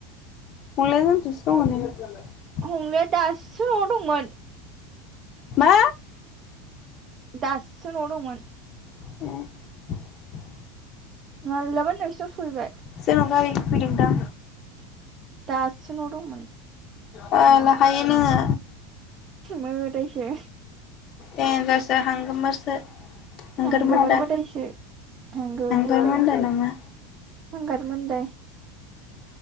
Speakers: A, on the left; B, on the right.
A: हंलाया जोंनिथिंसो दंङ नै
B: हंलाया दासो न'आव दंमोन
A: मा
B: दाससो न'आव दंमोन
A: <inaudible>
B: मालाबानो नोंसिनाव सहैबाय
A: जोंनाव गारि फैदोंं दां
B: दासो न'आव दंमोन
A: बाला हायो नोंङो
B: मोदायसो
A: देनजारसो हांगोमोरसो आंगोरमोनदा
B: थांगौमोन मोदायसो थांगौमोन
A: आंगोरमोनदा
B: मोदाय
A: नंआ
B: हांगार मोनदाय